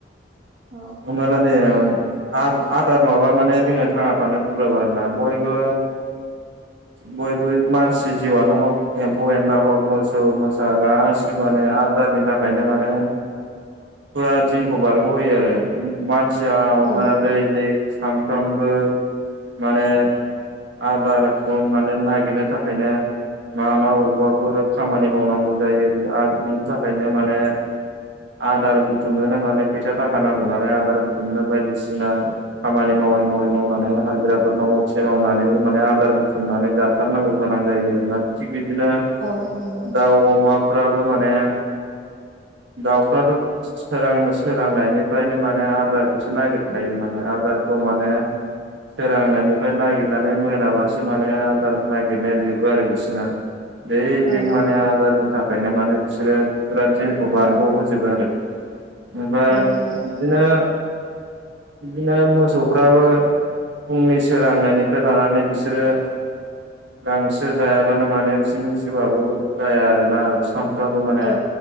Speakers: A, on the right (about 50°); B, on the right (about 75°).
A: औ
B: हमनाला दे ओ आ-आदार नंङाबा माने जोंङो थांना थानो गोब्राब आरोना बयबो बयबो मानसि जिउआनो हक एम्फौ एनला हग मोसौ मोसा। गसि माने आदारनि थाखाय। बायदों माने फुरा दिनखौ बारग होयो आरो मानसि। जोंहा‌ हमना
A: औ
B: ला दै लिग सानफ्रामबो माने आदार। गन माने नागिरनो थाखायनो। मा मा बबेबाफोर खामानि मावनांगौ जायो बिनि थाखायनो माने। आदार बुथुमनोनो माने फैसा थाखा नांगौ नालाय आदार बुथुमनो बायदिसिना खामानि माव। मावै मावै मावनानै हाजिराफोर मावसे मावनानै माने आदार। बुथुमनानै जाथारनांगौ गोनां जायो आरोना थि बिदिनो
A: औ नंगौ
B: दाउ अमा। फ्राबो माने। दाउफ्राथ' सोरांनो सोरांनायनिफ्रायनो माने आदारखौसो नागिरखायो माने आदारखौ माने सोरांनायनिफ्राय नागिरनानै मोनाबासो। माने आदार नागिरनाया जोबो आरो बिसोरना बे लेग
A: औ
B: माने आदारनि। थाखायनो माने बिसोरो फुरा दिनखौ बारग होजोबो आरो। ओमफ्राय
A: औ नंगौ
B: बिदिनो। बिदिनो मोसौफ्राबो फुंनि सोरांनायनिफ्राय लानानै बिसोर। द्रे। गांसो जायाबानो माने बिसोरनि जिबआबो जाया आरोना साम। माने
A: औ